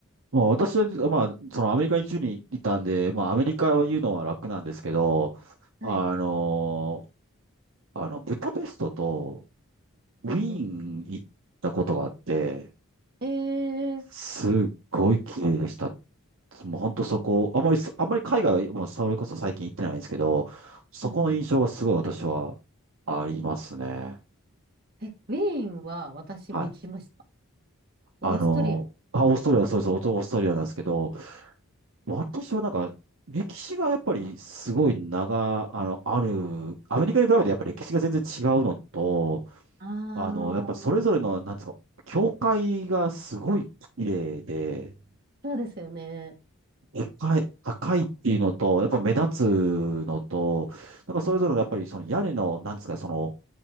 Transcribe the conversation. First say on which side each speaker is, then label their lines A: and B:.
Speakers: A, on the right (about 65°); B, on the right (about 45°).
A: まあ、私は、まあ、そのアメリカに10いたんで、まあ、アメリカを言うのは楽なんですけど、
B: はい。
A: あの、あの、ブダペストとウィーン行ったことがあって、
B: うんうん。えー、
A: すっごい綺麗でした。もう本当そこ、あまり、あまり海外は、もうそれこそ最近行ってないんですけど、そこの印象がすごい私はありますね。
B: うんうん。え、ウィーンは私も行きました。
A: はい。あの、
B: オーストリア。
A: あ、オーストラリア、そうです、オーストラリアなんですけど、私はなんか、歴史がやっぱりすごい長、あの、ある、アメリカに比べてやっぱり歴史が全然違うのと、
B: あ
A: あの、やっぱそれぞれの、
B: あ、
A: なんですか、教会がすごい綺麗で、
B: そうですよね。
A: でかい、高いっていうのと、やっぱ目立つのと、なんかそれぞれのやっぱりその屋根の、
B: うんうん
A: なんですか、その